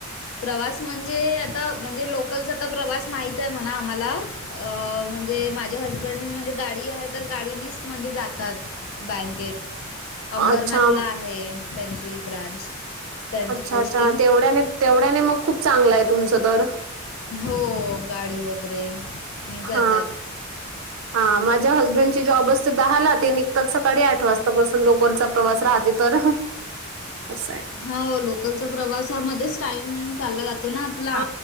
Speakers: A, on the left; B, on the right.
A: प्रवास म्हणजे आता म्हणजे लोकलचा आता प्रवास माहीत आहे म्हणा आम्हाला. अ म्हणजे माझे हसबंड म्हणजे गाडी आहे तर गाडीनेच म्हणजे जातात. बँकेत. अंबरनाथला
B: अच्छा
A: आहे त्यांची ब्रांच त्यांची
B: अच्छा
A: पोस्टिंग
B: अच्छा तेवढ्याने
A: तिथे.
B: तेवढ्याने मग खूप चांगलं आहे तुमचं तर.
A: हो गाडी वगैरे. नी
B: हा,
A: जातात.
B: हा माझ्या हसबेंड ची जॉब असतं दहाला ते निघतात सकाळी आठ वाजतापासून लोकांचा प्रवास राहते. तर ह असं आहे.
A: हा लोकलचा प्रवासामध्येच टाइम चालला जातो ना. आपला.
B: हा